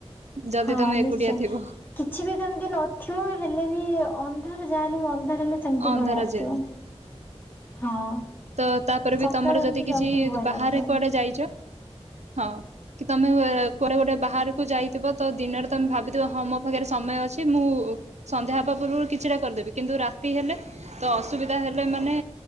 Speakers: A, on the right (about 85°); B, on the left (about 15°).
A: ଯଦି
B: ହଁ
A: ତମେ
B: ନିଶ୍ଚୟ
A: ଏକୁଟିଆ ଥିବ
B: କିଛି ବି ସେମିତି ନଥିବ ହେଲେ ବି ଅନ୍ଧାର ଯାହା ହେଲେ ବି ଅନ୍ଧାର ହେଲେ ସେମିତି
A: ଅନ୍ଧାର
B: ଭୟ ଆସିବନି।
A: ଯେହେତୁ
B: ହଁ
A: ତ ତାପରେ ବି
B: ସକାଳେ
A: ତମର ଯଦି
B: ଏମିତି
A: କିଛି
B: ଯାଉଥିବ ଭୟ
A: ବାହାରେ
B: ଲାଗୁଥିବ।
A: କୁଆଡେ ଯାଇଛ ହଁ କି ତମେ ଏ କୁଆଡ଼େ ଗୋଟେ ବାହାର କୁ ଯାଇଥିବ ତ ଦିନରେ ତମେ ଭାବିଥିବ ହଁ ମୋ ପାଖରେ ସମୟ ଅଛି ମୁଁ ସନ୍ଧ୍ୟା ହବା ପୂର୍ବରୁ କିଛିଟା କରିି ଦେବି କିନ୍ତୁ ରାତି ହେଲେ ତ ଅସୁବିଧା ହେଲେ ମାନେ